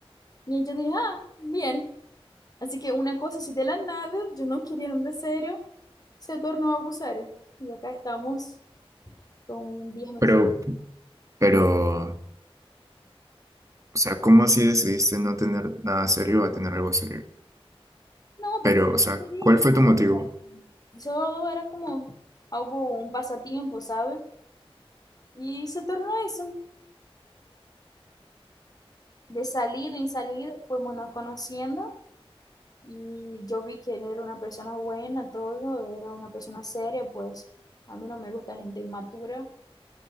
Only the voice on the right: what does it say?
Pero, pero, o sea, ¿cómo así decidiste no tener nada serio a tener algo serio?
Pero,
o sea,
¿cuál fue
tu motivo?